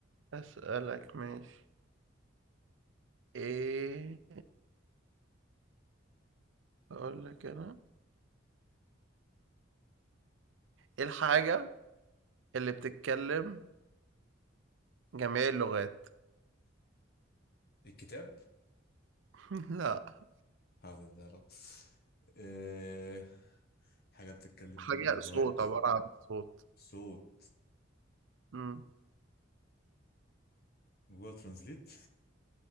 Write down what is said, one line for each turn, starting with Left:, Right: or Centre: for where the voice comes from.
Right: اسالك ماشي ايه اقول لك انا ايه الحاجة اللي بتتكلم جميع اللغات
Left: الكتاب
Right: <laughs> لا
Left: حول الله يا رب أه... حاجة بتتكلم
Right: حاجة
Left: كل اللغات
Right: صوت عبارة عن صوت
Left: صوت
Right: مم.
Left: جوجل ترانزليت